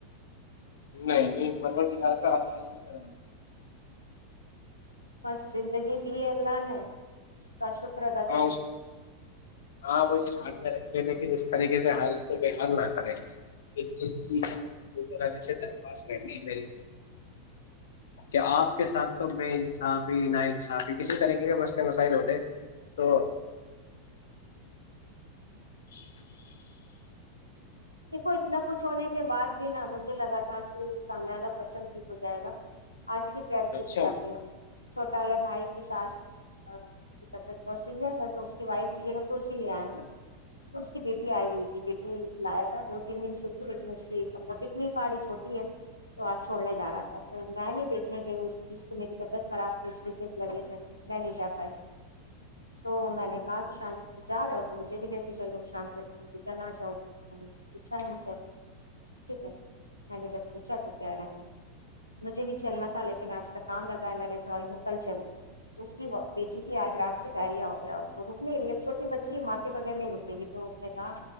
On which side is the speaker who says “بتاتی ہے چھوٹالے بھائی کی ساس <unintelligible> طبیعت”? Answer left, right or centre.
Left